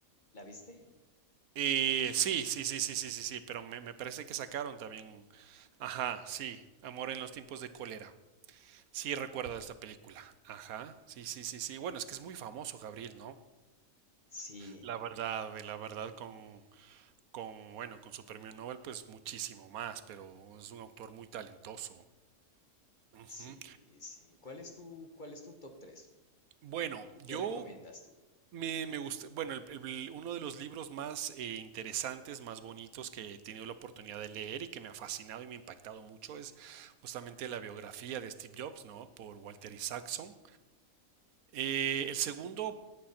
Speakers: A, on the left (about 35°); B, on the right (about 80°).
A: ¿la viste?
B: Eh, sí, sí, sí, sí, sí, sí, sí, pero me, me parece que sacaron también. Ajá, sí. Amor en los tiempos de cólera. Sí, recuerdo esta película. Ajá, sí, sí, sí, sí. Bueno, es que es muy famoso, Gabriel, ¿no?
A: Sí,
B: La verdad, la verdad, con, Con, bueno, con su premio Nobel, pues muchísimo más, pero es un autor muy talentoso. Ujú.
A: sí, sí. ¿Cuál es tu, cuál es tu top 3?
B: Bueno,
A: ¿Qué
B: yo
A: recomiendas tú?
B: me, me gusta, bueno, el- el- uno de los libros más eh, interesantes, más bonitos que he tenido la oportunidad de leer y que me ha fascinado y me ha impactado mucho es justamente la biografía de Steve Jobs, ¿no? Por Walter Isaacson. Eh, el segundo